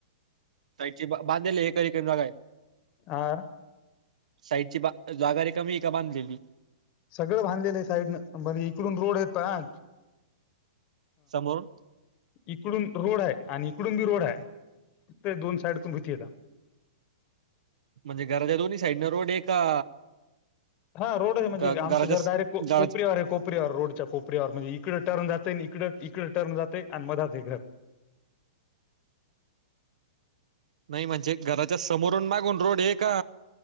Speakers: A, on the right (about 80°); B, on the left (about 30°).
A: साइडची बा बांधले एक एक जागा हे.
B: हा
A: साईडची बा जागा रिकामी आहे की बांधलेली?
B: सगळं बांधलेलं आहे साईडनं बर इकडून रोड येत हा.
A: समोरून
B: इकडून रोड आहे आणि इकडून बी रोड आहे ते दोन साइड तून भतीता
A: म्हणजे घराच्या दोन्ही साईड न रोड हे का?
B: हा रोड आहे म्हणजे
A: का घराच्या
B: आमचं घर
A: स-
B: डायरेक्ट
A: घराच्या
B: कोपऱ्यावर हे कोपऱ्यावर रोडच्या कोपऱ्यावर म्हणज इकडं टर्न जातंय आणि इकडं इकड टर्न जातय आणि म रातय घर
A: नाही म्हणजे घराच्या समोरून मागून रोड हे का?